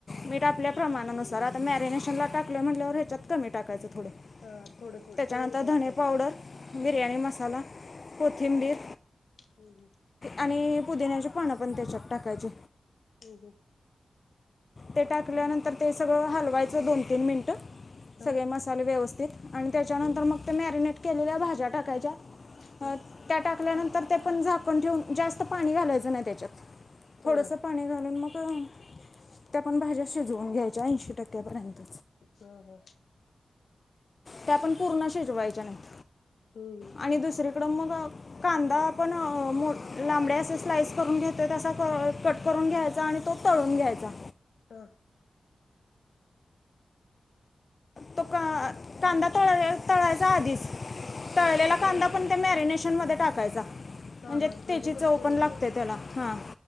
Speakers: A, on the left; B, on the left.
A: मीठ ह्या प्रमाणानुसार आता मॅरिनेशनला टाकलं म्हंटल्यावर ह्याच्यात कमी टाकायचं पुढं
B: हा थोडं थोडं
A: त्याच्यानंतर
B: चवीनुसार
A: धने
B: आपल्याला
A: पावडर,
B: टाकायचं
A: बिर्याणी मसाला, कोथिंबीर
B: हा हम्म हम्म
A: आणि <unintelligible> देण्याची पानं पण त्याच्यात टाकायची
B: हं हं
A: ते टाकल्यानंतर ते सगळं हलवायचं दोन तीन मिनिटं
B: हा
A: सगळे मसाले व्यवस्थित आणि त्याच्यानंतर
B: हम्
A: मग ते मॅरिनेट केलेल्या भाज्या टाकायच्या
B: हा
A: हं त्या टाक सुकल्यानंतर ते पण झाकण ठेवून जास्त पाणी घालायचं नाही त्याच्यात
B: थोडं
A: थोडस पाणी घालून मग <unintelligible> त्या पण भाज्या शिजवून घ्यायच्या ऐंशी टक्क्यापर्यंत
B: हा हा
A: त्या पण पूर्ण शिजवायच्या नाहीत.
B: हम्म.
A: आणि दुसरीकडं मग कांदा आपण मो लांबडे असे स्लाइस करून घेतो तसा कट करून घ्यायचा आणि तो तळून घ्यायचा.
B: ह.
A: तो का कांदा थोडा वेळ तळायचा आधीच. तळलेला कांदा पण ते मॅरिनेशन मध्ये टाक कायचा. <unintelligible>
B: हा
A: म्हणजे
B: हा
A: तेची
B: कुसकरून
A: चव पण लागते
B: ठेव
A: त्याला हा